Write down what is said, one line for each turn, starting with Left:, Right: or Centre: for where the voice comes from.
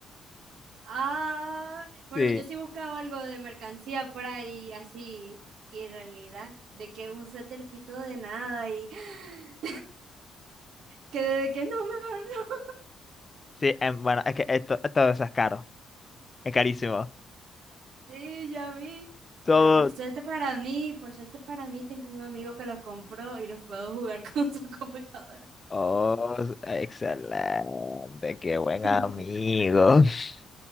Right: Ah, bueno,
Left: Sí,
Right: yo sí buscaba algo de mercancía por ahí, así, y en realidad, de que un suétercito de nada y <gasps> que de que no, mejor no.
Left: sí, em, bueno, es que esto, todo eso es caro, es carísimo.
Right: Sí, ya vi.
Left: Todo.
Right: Bueno, por suerte para mí, por suerte para mí, tengo un amigo que los compró y los puedo jugar <laughs> con su computadora.
Left: Oh, excelente, qué buen
Right: <laughs>
Left: amigo. <laughs>